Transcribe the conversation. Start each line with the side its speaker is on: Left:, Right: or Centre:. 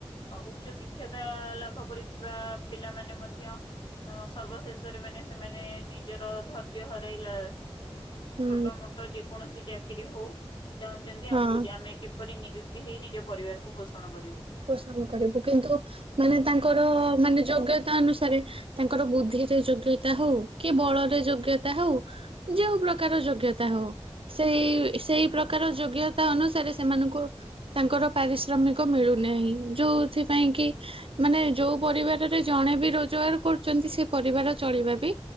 Left: ଉଚ୍ଚ ଶିକ୍ଷତା ଲାଭ କରିଥିବା ପିଲାମାନେ ମଧ୍ୟ ସର୍ବଶେଷରେ ମାନେ ସେମାନେ ନିଜର ଧୈର୍ଯ୍ୟ ହରାଇଲା ଉଁ
Right: ହୁଁ
Left: ଛୋଟ ମୋଟ ଯେକୌଣସି ଚାକିରି ହଉ ଚାହୁଁଛନ୍ତି ଆମକୁ
Right: ହଁ।
Left: ଯେ ଆମେ ପରି ନିଯୁକ୍ତି ହେଇ ନିଜ ପରିବାରକୁ ପୋଷଣ କରିବୁ
Right: ପସନ୍ଦ କରିବୁ କିନ୍ତୁ ମାନେ ତାଙ୍କର ମାନେ ଯୋଗ୍ୟତା ଅନୁସାରେ ତାଙ୍କର ବୁଦ୍ଧିରେ ଯୋଗ୍ୟତା ହଉ କି ବଳରେ ଯୋଗ୍ୟତା ହଉ ଯୋଉଁ ପ୍ରକାର ଯୋଗ୍ୟତା ହଉ ସେଇ
Left: ହୁଁ
Right: ସେଇ ପ୍ରକାର ଯୋଗ୍ୟ ତା ଅନୁସାରେ ସେମାନଙ୍କୁ ତାଙ୍କର ପାରିଶ୍ରମିକ ମିଳୁ ହି <unintelligible> ଯୋଉଥିପାଇଁ
Left: ହୁଁ
Right: କି ମାନେ ଯୋଉ ପରିବାର ରେ ଜଣେ ବି ରୋଜଗାର କରୁଛନ୍ତି ସେ ପରିବାର ଚଳିବା ବି